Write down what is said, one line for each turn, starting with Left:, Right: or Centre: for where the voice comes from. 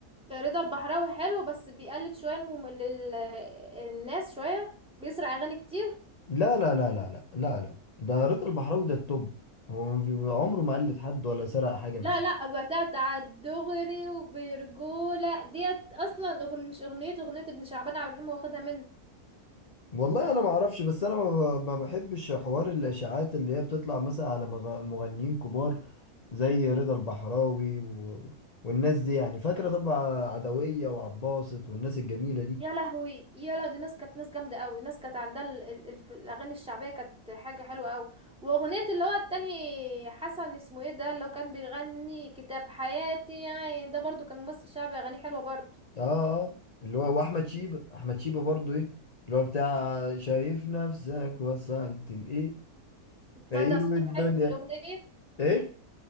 Centre: رضا البحراوي حلو بس بيقلد شوية المم... لل... الناس شوية بيسرق اغاني كتير
Left: لا لا لا لا لا لا لا ده رضا البحراوي ده التوب هو ما في- عمره ما قلد حد ولا سرق حاجة
Centre: لا
Left: من حد
Centre: لا بتاعت على الدغري وبرجولة ديت اصلا أغن... مش اغنية اغنية ابن شعبان عبد الرحيم واخدها منه
Left: والله انا ما اعرفش بس انا ما ب- ما بحبش حوار الاشاعات اللي هي بتطلع مثلا على مغ- مغنيين كبار زي رضا البحراوي و... والناس دي يعني فاكره طبعا عدويه وعباسط والناس الجميله دي
Centre: يا لهوي يا لا دي ناس كانت ناس جامدة قوي ناس كانت عندها ال... ال... الف- الاغاني الشعبية كانت حاجة حلوة قوي واغنية اللي هو التاني حسن اسمه ايه ده اللي هو كان بيغني كتاب حياتي يعني ده برضو كان ممثل شعبي اغانيه حلوة برضو
Left: اه آه، اللي هو واحمد شيبه احمد شيبه برضو ايه اللي هو بتاع شايف نفسك وصلت لايه فقير
Centre: تصدق صوتك
Left: والدنيا
Centre: حلو في الاغنية
Left: ايه